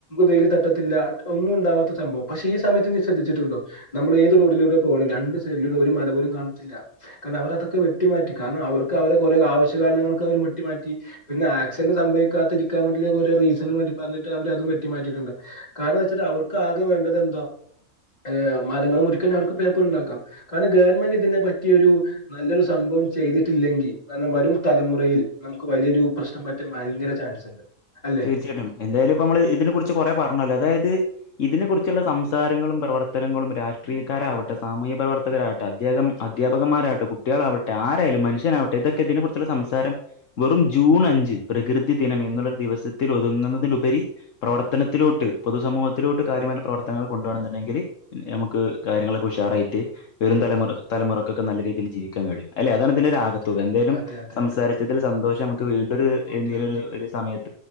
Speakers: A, on the left; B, on the left.
A: വെയിൽ തട്ട ഇല്ല ഒന്നും ഉണ്ടാവാത്ത സംഭവം പക്ഷേ ഈ സമയത്ത് നീ ശ്രദ്ധിച്ചിട്ടണ്ടോ നമ്മൾ ഏത് ോഡിലൂടെ പോകണം രണ്ട് സൈഡിലും ഒരു മരം പോലും കാണത്തില്ല കാരണം അവരതൊക്കെ വെട്ടിമാറ്റി കാരണം അവർക്ക് അവരെ കുറെ ആവശ്യ കാരണങ്ങൾക്ക് അവർ വെട്ടി മാറ്റി പിന്നെ ആക്സിഡന്റ് സംഭവിക്കാത്തി ഇരിക്കാൻ വേണ്ടി ഓരോ റീസനും പറഞ്ഞിട്ട് അവരതും വെട്ടി മാറ്റിയി ട്ടുണ്ട് കാരണംന്ന് വെച്ചിട്ട് അവർക്ക് ആകെ വേണ്ടത് എന്താ ഹ് മരങ്ങൾ മുറിക്ക അവർക്ക് പേപ്പർ ഉണ്ടാക്കാം കാരണം ഗവൺമെന്റ് ഇതിനെ പറ്റിയൊരു നല്ലൊരു സംഭവം ചെയ്തിട്ടില്ലെങ്കിൽ വരും തലമുറയിൽ നമുക്ക് വലിയൊരുപ്രശ്നം പറ്റാൻ ഭയങ്കര ചാൻസ് ഉണ്ട് അല്ലെ
B: തീർച്ചയായിട്ടും എന്തായാലും ഇപ്പ നമ്മള് ഇതിനെ കുറിച്ച് കൊറെ പറഞ്ഞല്ലോ അതായത് ഇതിനെ കുറിച്ചുള്ള സംസാരങ്ങളും പ്രവർത്തനങ്ങളും രാഷ്ട്രീയക്കാരാവട്ടെ സാമൂഹ്യ പ്രവർത്തകരാവട്ടെ അധം അധാപകന്മാരാവട്ടെ
A: അതെ
B: കുട്ടികളാവട്ടെ ആരായാലും മനുഷ്യനാവട്ടെ ഇതൊക്കെ ഇതിനെ കുറിച്ചുള്ള സംസാരം വെറും ജൂൺ അഞ്ച് പ്രകൃതി ദിനം എന്നുള്ള ഒരു ദിവസത്തിൽ ഒതുങ്ങുന്നതിലുപരി പ്രവർത്തനത്തിലോട്ട് പൊതുസമൂഹത്തിലോട്ട് കാര്യമായ പ്രവർത്തനങ്ങൾ കൊണ്ടുപോണംന്നു ണ്ടെങ്കിൽ തന്നെ ങ്കിൽ നമുക്ക് കാര്യങ്ങളൊക്കെ ഉഷാറായിട്ട് വെരും തലമു
A: അതെ
B: തലമുറക്ക്‌ ഒക്കെ നല്ല രീതിയിൽ ജീവിക്കാൻ കഴിയും അല്ലെ അതാണ്
A: ഉം
B: ഇതിന്റെ ഒരാകത്തുക
A: അതെ
B: എന്തായാലും
A: അതെ അതെ
B: സംസാരിച്ചതിൽ
A: അതെ അതെ
B: സന്തോഷം നമുക്ക് വീണ്ടൊരു
A: ഓക്കെ
B: എന്തെങ്കിലും
A: ഓക്കെ
B: ഒരു ഒരു സമയത്ത് അ